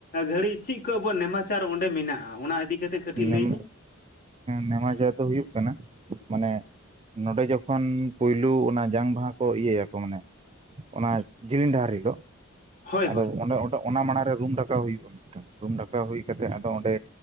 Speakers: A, on the left (about 45°); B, on the right (about 30°).
A: ᱜᱷᱟᱹᱲᱤᱡ ᱪᱤᱫ ᱠᱚ ᱟᱵᱚᱣᱟᱜ ᱱᱮᱢᱟᱪᱟᱨ ᱚᱸᱰᱮ ᱢᱮᱱᱟᱜᱼᱟ ᱚᱱᱟ ᱤᱫᱤᱠᱟ ᱠᱟᱛᱮᱜ ᱠᱟᱹᱴᱤᱡ,
B: ᱱᱮᱢ
A: ᱞᱟᱹᱭ ᱵᱮᱱ
B: ᱱᱮᱢᱟᱪᱟᱨ ᱫᱚ ᱦᱩᱭᱩᱜ ᱠᱟᱱᱟ ᱢᱟᱱᱮ, ᱱᱚᱸᱰᱮ ᱡᱚᱠᱷᱚᱱ ᱯᱩᱭᱞᱩ ᱚᱱᱟ, ᱡᱟᱝ ᱵᱟᱦᱟ ᱠᱚ ᱤᱭᱟᱹᱭᱟᱠᱚ ᱢᱟᱱᱮ ᱚᱱᱟ ᱡᱤᱞᱤᱧ ᱰᱟᱦᱟᱨ ᱦᱤᱞᱳᱜ,
A: ᱦᱳᱭ
B: ᱟᱫᱚ
A: ᱦᱳᱭ
B: ᱚᱸᱰᱮᱸ ᱚᱱᱟ ᱢᱟᱲᱟᱝ ᱨᱮ ᱨᱩᱢ ᱰᱟᱠᱟᱣ ᱦᱩᱭᱩᱜᱼᱟ ᱢᱤᱫᱴᱟᱝ ᱨᱩᱢ ᱰᱟᱠᱟᱣ ᱦᱩᱭ ᱠᱟᱛᱮᱜ ᱟᱫᱚ ᱚᱸᱰᱮ,